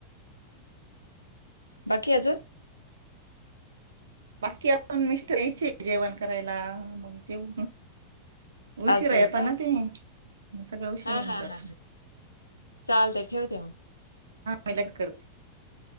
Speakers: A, on the left (about 85°); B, on the right (about 65°).
A: बाकी अजून.
B: बाकी असून मिस्टर यायची जेवण करायला मग जेव उशीिरा
A: असं आहे
B: येतो
A: का
B: ना ते सगळं उशीर
A: हा
B: म्हण
A: हा
B: जात.
A: हा चालते ठेवते मग.
B: मलग करर्ते <unintelligible>